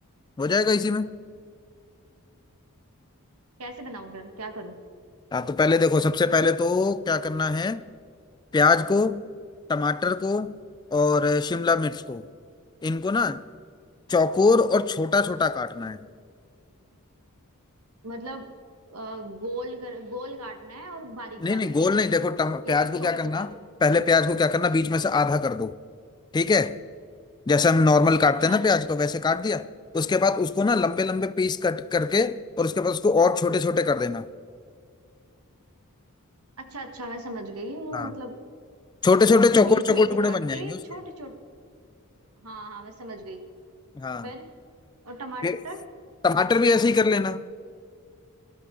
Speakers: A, on the left; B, on the right.
A: हो जाएगा इसी में
B: कैसे बनाऊं फिर क्या करूं
A: हाँ तो पहले देखो सबसे पहले तो क्या करना है प्याज को टमाटर को और शिमला मिर्च को इनको ना चौकोर और छोटा छोटा काटना है
B: मतलब अ, गोल कर गोल काटना है और बारीक
A: नहीं
B: बारीक
A: नहीं गोल नहीं देखो टम, प्याज
B: या फिर
A: को
B: छोटा
A: क्या करना
B: छोटा
A: पहले प्याज को क्या करना बीच में से आधा कर दो ठीक है जैसे हम नॉर्मल
B: अच्छा
A: काटते हैं ना प्याज को वैसे काट दिया उसके बाद उसको ना लंबे लंबे पीस कट करके और उसके बाद उसको और छोटे छोटे कर देना
B: अच्छा अच्छा मैं समझ गई वो
A: हाँ
B: मतलब
A: छोटे
B: छो-
A: छोटे चौकोर
B: बीच
A: चौकोर
B: में से
A: टुकड़े
B: काट
A: बन जाएंगे
B: के
A: उसके
B: छोटे छोटे हाँ हाँ मैं समझ गई
A: हाँ
B: फिर और टमाटर
A: फिर टमाटर भी ऐसे ही कर लेना